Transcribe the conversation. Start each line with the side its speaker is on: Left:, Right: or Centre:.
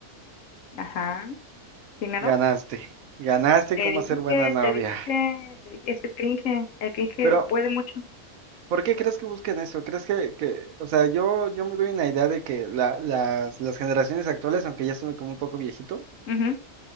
Left: ajá. ¿Quién ganó?
Right: Ganaste, ganaste
Left: Te
Right: cómo
Left: dije,
Right: hacer buena novia.
Left: te dije, te dije, es que el cringe, el cringe
Right: Pero,
Left: puede mucho.
Right: ¿por qué crees que busquen eso? ¿Crees que, que, o sea, yo, yo me doy una idea de que la- las, las generaciones actuales, aunque ya son como un poco viejito,
Left: Ujú.